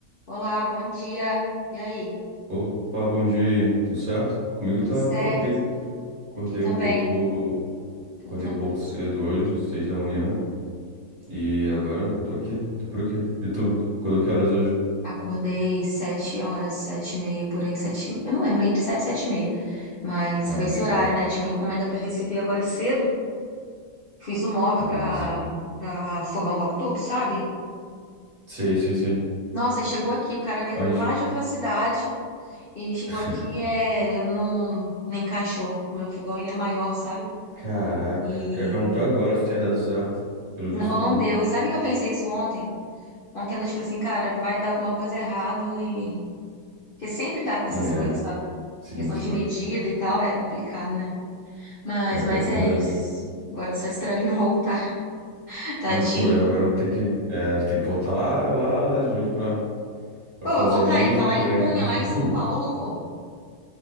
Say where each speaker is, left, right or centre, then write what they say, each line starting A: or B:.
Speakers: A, on the left; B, on the right.
A: Olá, bom dia. E aí?
B: Opa, bom dia aí, tudo certo? Comigo
A: Tudo
B: tá,
A: certo?
B: tá ok. Acordei
A: Aqui também,
B: um pouco,
A: tudo
B: acordei
A: tranquilo.
B: um pouco cedo hoje, seis da manhã, e agora tô aqui, tô por aqui. E tu? Acordou que horas hoje?
A: Acordei sete horas, sete e meia por aí, sete. Eu não lembro entre sete e sete e meia, mas
B: Ah,
A: foi esse
B: sim.
A: horário, né? Tinha uma encomenda para receber agora cedo. Fiz um móvel
B: Ah,
A: para
B: sim.
A: para fogão Cooktop, sabe?
B: Sei, sei, sei.
A: Nossa, e chegou aqui, o cara veio
B: Mas,
A: lá de outra cidade e chegou
B: <laughs>
A: aqui é não nem encaixou. O meu fogão ele é maior, sabe?
B: caraca,
A: E
B: eu ia perguntar agora se tinha dado certo. Pelo
A: não,
B: visto, não,
A: não deu. E sabe que eu pensei isso ontem? Com aquela, tipo assim, cara, vai dar alguma coisa errado e. Porque sempre dá com essas
B: né?
A: coisas,
B: É,
A: sabe?
B: sim,
A: Questão
B: sim.
A: de medida e tal, é complicado, né? Mas,
B: É, pior
A: mas
B: que é
A: é
B: verdade.
A: isso. Agora é só esperar ele voltar, <laughs> tadinho.
B: Mas, pô, eu agora vou ter que, é, ter que voltar lá, lá, lá de longe pra, pra
A: Pô,
B: fazer
A: vai voltar,
B: a mesma
A: ele tá lá
B: entrega
A: em Cunha,
B: de novo.
A: lá em São Paulo,
B: <laughs>
A: pô.